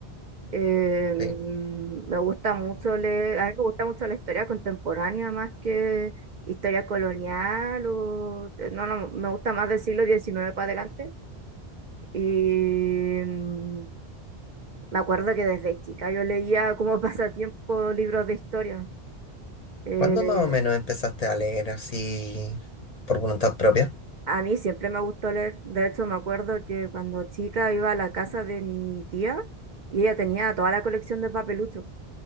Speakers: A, on the right (about 55°); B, on the left (about 45°).
A: Eh, mm,
B: ¿Sí?
A: me gusta mucho leer, a mí me gusta mucho la historia contemporánea más que historia colonial o eh, no, no, me gusta más del siglo XIX para adelante. Y mm, me acuerdo que desde chica yo leía como <laughs> pasatiempo libros de historia. Eh,
B: ¿Cuándo más o menos empezaste a leer así por voluntad propia?
A: a mí siempre me gustó leer. De hecho, me acuerdo que cuando chica iba a la casa de mi tía y ella tenía toda la colección de papeluchos.